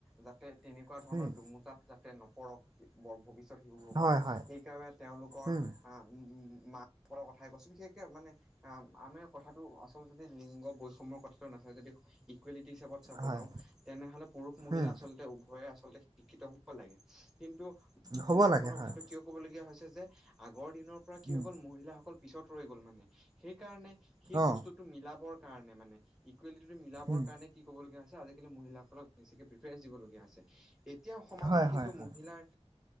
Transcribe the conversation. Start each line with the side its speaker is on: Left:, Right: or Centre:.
Centre: যাতে তেনেকুৱা ধৰণৰ
Right: উম
Centre: দুুমোজাত যাতে নপৰক বৰ ভৱিষ্যত শিশুসকল
Right: হয় হয়
Centre: সেইকাৰণে তেওঁলোকৰ
Right: উম
Centre: আম মাক-কৰ কথাই কৈছোঁ বিশেষকে মানে আ, আমি কথাটো আচলতে যদি লিংগ বৈষম্যৰ কথাটো নাচায় যদি ইকুৱেলিটি হিচাপত চাব
Right: হয়
Centre: যাওঁ, তেনেহলে পুৰুষ মহিলা
Right: উম
Centre: আচলতে উভয়ে আচলতে শিক্ষিত হব লাগে, কিন্তু মহিলাসকলৰ
Right: হ'ব লাগে হয়
Centre: কথাটো কিয় ক'বলগীয়া হৈছে যে আগৰ দিনৰ পৰা কি
Right: উম
Centre: হৈ গ'ল মহিলাসকল পিছত ৰৈ গ'ল মানে, সেইকাৰণে সেই
Right: অ
Centre: বস্তুটো মিলাবৰ কাৰণে মানে ইকুৱেলিটিটো মিলাবৰ
Right: উম
Centre: কাৰণে কি কবলগীয়া হৈছে আজিকালি মহিলাসকলক বেছিকে প্ৰিফাৰেন্ঞ্চ দিবলগীয়া হৈছে। তেতিয়াও সমাজত
Right: হয়
Centre: কিন্তু
Right: হয় হয়
Centre: মহিলাৰ